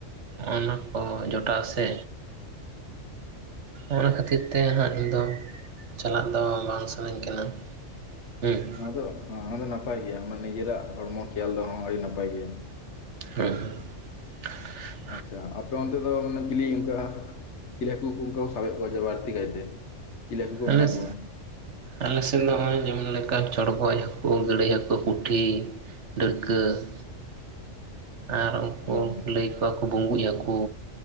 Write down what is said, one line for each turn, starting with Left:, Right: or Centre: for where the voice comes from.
Right: ᱱᱚᱜᱚᱱᱟ ᱠᱚ ᱡᱚᱴᱟᱣ ᱥᱮ᱾ ᱚᱱᱟ ᱠᱷᱟᱹᱛᱤᱨ ᱛᱮ ᱦᱟᱜ ᱤᱧᱫᱚ ᱪᱟᱞᱟᱜ ᱫᱚ ᱵᱟᱝ ᱥᱟᱱᱟᱧ ᱠᱟᱱᱟ᱾ ᱦᱩ
Left: ᱟᱫᱚ ᱟᱫᱚ ᱱᱟᱯᱟᱭ ᱜᱮᱭᱟ ᱱᱤᱡᱮᱨᱟᱜ ᱦᱚᱲᱢᱚ ᱠᱷᱮᱭᱟᱞ ᱫᱚ ᱟᱹᱰᱤ ᱱᱟᱯᱟᱭ ᱜᱮᱭᱟ᱾
Right: ᱦᱮᱸ
Left: ᱟᱪᱪᱷᱟ ᱟᱯᱮ ᱚᱱᱛᱮ ᱫᱚ ᱢᱟᱱᱮ ᱪᱤᱞᱤ ᱚᱱᱠᱟ ᱪᱤᱞᱤ ᱦᱟᱹᱠᱩ ᱚᱱᱠᱟ ᱠᱚ ᱥᱟᱵᱮᱫ ᱠᱚᱣᱟ ᱡᱮ ᱵᱟᱹᱲᱛᱤ ᱠᱟᱭᱛᱮ᱾ ᱪᱤᱞᱤ ᱦᱟᱹᱠᱩ ᱠᱚ
Right: ᱦᱮᱞᱮᱥ
Left: ᱢᱮᱱᱟᱜ ᱠᱚᱣᱟ
Right: ᱟᱞᱮ ᱥᱮᱫ ᱫᱚ ᱦᱚᱜᱼᱚᱭ ᱡᱮᱢᱚᱱ ᱞᱮᱠᱟ ᱪᱚᱲᱜᱚᱡ ᱦᱟᱹᱠᱩ, ᱜᱟᱹᱲᱟᱹᱭ ᱦᱟᱹᱠᱩ, ᱯᱩᱴᱷᱤ ᱰᱟᱹᱲᱠᱟᱹ, ᱟᱨ ᱩᱱᱠᱩ
Left: ᱦᱮᱸ ᱦᱮᱸ
Right: ᱞᱟᱹᱭ ᱠᱚᱣᱟ ᱠᱚ ᱵᱩᱸᱵᱩᱡ ᱦᱟᱠᱩ,